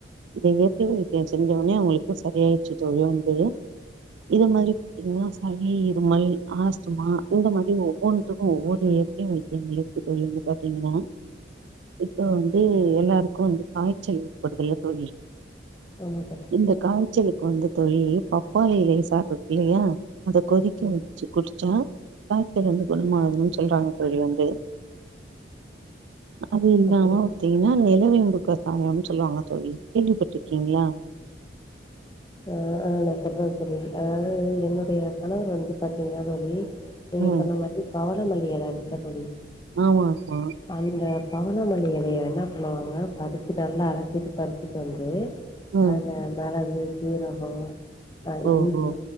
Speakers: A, on the right; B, on the left.
A: இந்த இயற்கை க்வைத்தியோ செஞ்சோன அவஙங்களுக்கு சரியாய்ச்சு தோழி <unintelligible> இத மாரி பாத்தீங்ன்னா சளி இருமல் ஆஸ்துமா இந்த மாரி ஒவ்வொன்னுத்துக்கோ ஒவ்வொரு இயற்கை <unintelligible> எங்ளுக்கு தெரியோங்க பாத்தீங்கன்னா இப்ப வந்து எல்லாருக்கு வந்து காய்ச்சல் ஏற்படுதுல தோழி
B: என்னபட்ட
A: இந்த காய்ச்சலுக்கு வந்து தோழி பப் பாளி எலைய சாப்டுறகுள்ளயு அத கொதிக்க
B: ம்
A: வச்சு குடிச்சா காய்ச்சல் வந்து குணமாகுதுன் சொல்றாங்க தோழி வந்து அது இல்லாம
B: அப்படி
A: பாத்தீங்கன்னா நெலவேம்பு கசாயம்ன் சொல்லுவாங்க தோழி கேள்விப்பட்ருக்கீங்ளா
B: அ அ நா சொல்ற தோழி அதாவது என்னுடைய கணவர் வந்து பாத்தீங்கன்னா தோழி நீங்க
A: ம்
B: சொன்ன மாறி பவளமல்லி எல்ல இருக்குல்ல தோழி
A: ஆமா ஆமா
B: அந்த பவனமல்லி எலையை என்ன பண்ணுவாங்க பறிச்சு நல்லா அலசிட்டு பறிச்சுட்டு வந்து
A: ம்
B: அதுல மெளகு ஜீரகோ அ
A: ஓஹோ
B: இஞ்சி